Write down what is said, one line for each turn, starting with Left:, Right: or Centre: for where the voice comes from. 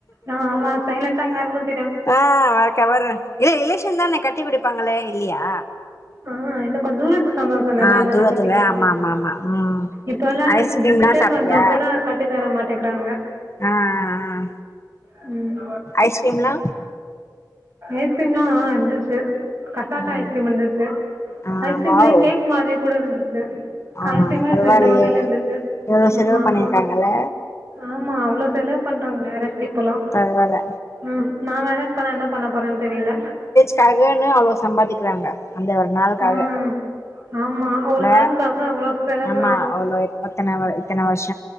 Right: ஆ ஆமா சைலெண்டா <unintelligible>
Left: <unintelligible> ஏய் ரிலேஷன் தான கட்டி குடிப்பாங்களே இல்லியா
Right: ஆ இல்ல கொஞ்தூரத் சொந்தோ சென்னேல்ல
Left: ஆ
Right: அத்னால
Left: தூரத்துல
Right: கட்டி கொடுக்கல
Left: ஆமா ஆமா ஆமா ம்
Right: இப்ப எல்லாம் ந
Left: ஐஸ்கிரீம்லா
Right: கிட்ட
Left: சாப்ட்டியா
Right: சொந்தோம்கூட கட் டித்தர மாட்டேங்கிறாங்க
Left: ஆ அ ஆ
Right: ம்
Left: ஐஸ்கிரீம்லா
Right: ஐஸ்கிரீம்லா இந்துச்சு கசாட்டா
Left: ம்
Right: ஐஸ்கிரீம் இருந்து சு
Left: ஆ
Right: ஐஸ்கிரீம்லயே
Left: வாவ்
Right: கேக் மாதிரி கூட இருந்துச்சு
Left: ஆ
Right: ஐஸ்கிரீமே
Left: பரவாயில்லையே
Right: ரெண்டு வகையில இருந்துச்சு
Left: எவ்ளோ செலவு
Right: ம் ஆமா
Left: பண்ணிருக்காங்கல்ல
Right: ஆமா அவ்ள செலவு பண்றாங்க மேரேஜ் க்கு இப்பல்லா
Left: பரவால
Right: ம் நா மேரேஜ் பண்ணா என்ன பண்ண போறேன் தெரியில
Left: சகன்னு அவ்ளோ சம்பாதிக்கிறாங்க அந்த நாளுக்காக
Right: ம் ஆமா ஒரு
Left: இல்ல
Right: நாளுக்காக அவ்ளோ செலவு
Left: ஆமா அவ்ளோ ஒத்தன வ இத்தன வருஷ